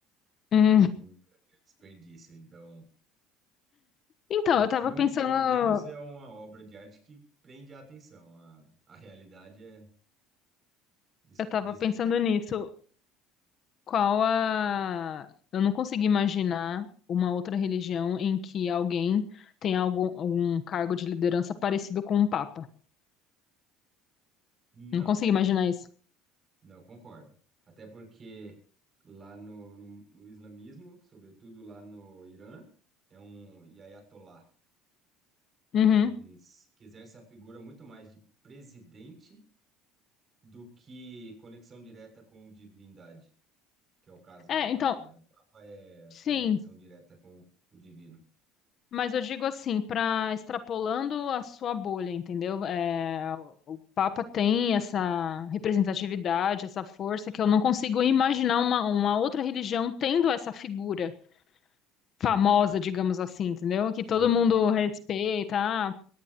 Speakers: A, on the left; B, on the right.
A: Hum.
B: Acho um verdadeiro desperdício. Então,
A: Então,
B: o
A: eu
B: filme,
A: tava pensando,
B: pelo menos, é uma obra de arte que prende a atenção. A, a realidade é, desculpe
A: eu tava
B: dizer,
A: pensando
B: mas é uma
A: nisso.
B: porcaria.
A: Qual a? Eu não consigo imaginar uma outra religião em que alguém tem algum, algum cargo de liderança parecido com um papa.
B: Não,
A: Não consigo imaginar isso.
B: não, concordo. Até porque lá no, no, no islamismo, sobretudo lá no Irã, é um ayatollah
A: Uhum.
B: que, s- que exerce a figura muito mais de presidente do que conexão direta com divindade, que é o caso
A: É,
B: do Papa,
A: então,
B: né? O Papa é a
A: sim,
B: conexão direta com o divino.
A: mas eu digo assim, para extrapolando a sua bolha, entendeu? É, o o Papa tem essa representatividade, essa força que eu não consigo imaginar uma, uma outra religião tendo essa figura famosa, digamos assim, entendeu? Que
B: Sim.
A: todo mundo respeita. Ah,